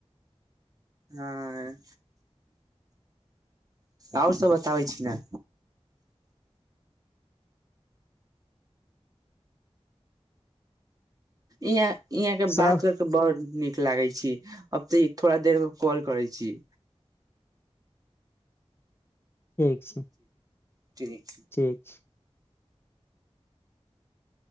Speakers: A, on the right; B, on the left.
A: हँ आओर सब बताबै छी ने इह यहाँ के
B: सब
A: बात हो तऽ बड़ नीक लागै छी अब तऽ थोड़ा देर मे कॉल करै छी
B: ठीक छै
A: ठीक
B: ठीक